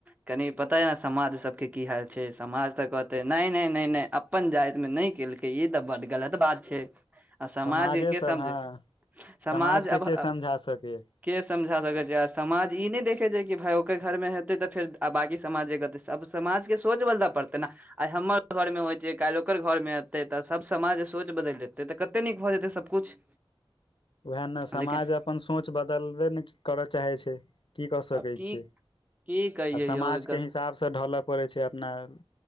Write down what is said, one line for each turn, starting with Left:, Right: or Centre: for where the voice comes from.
Right: कनि पता अइ न समाज सभके की हाल छै समाज तऽ कहतै नइ -नइ- नइ- नइ अप। अपन जातिमे नहि केलकै ई तऽ बड्ड गलत बात छै। आ समाजके
Left: समाजे सब
Right: समझै
Left: हँ
Right: समाज
Left: समाजके
Right: अबह।
Left: के समझा सकैय।
Right: के समझा सकै छैय आ समाज ई नै देखै छैय कि भाय ओकर घर मे हेतै तऽ फेर आ बाँकी समाज जे कहतै से- अब समाज के सोच बदलअ पड़तै नऽ? आय हमर घर मे होय छैय कैल्ह ओकर घर मे हेतैय तऽ सब समाजके सोच बदैल जेतैय तऽ कतेक नीक भऽ जेतैय सबकुछ।
Left: उएह नऽ समाज
Right: लेकिन
Left: अपन सोच बदलबे नै करऽ चाहै छैय। की कऽ सकै
Right: आब की
Left: छियै
Right: की कहियै
Left: आब समाजके
Right: यौ एकर
Left: हिसाबसँ ढलय पड़ै छै अपना ओर।